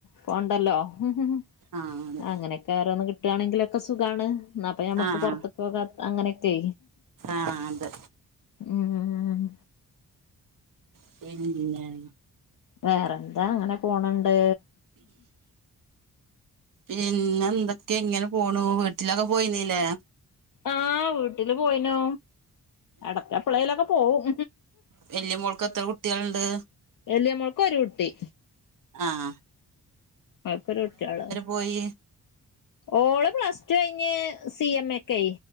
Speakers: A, on the left; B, on the right.
A: പോണ്ടല്ലോ. ഹും
B: ആഹ് അത്
A: അങ്ങനൊക്കെ ഒരോന്ന് കിട്ടുവാണെങ്കിലൊക്കെ സുഖാണ് ഇന്നാ ഇപ്പൊ ഞമ്മക്ക്
B: ആഹ്
A: പുറത്ത് പോകാം അങ്ങനെയൊക്കെ
B: ആഹ് അത്
A: ഉം ഉം
B: <unintelligible>
A: വേറെന്താ അങ്ങനെ പോണണ്ട്.
B: പിന്നെ എന്തൊക്കെ ഇങ്ങനെ പോണു വീട്ടിലൊക്കെ പോയിന്നീല്ലേ?
A: ആഹ് വീട്ടില് പോയിനോ എടക്കപ്പള്ളയിലൊക്കെ പോവും.
B: വല്ലിയ മോൾക്ക് എത്ര കുട്ടികളുണ്ട്?
A: വല്ല്യമോൾക്ക് ഒരു കുട്ടി.
B: ആഹ്.
A: ഓക്കൊരു കുട്ടിയൊളളു
B: പോയി
A: ഓള് പ്ലസ് റ്റു കഴിഞ്ഞ് സി എം എക്ക്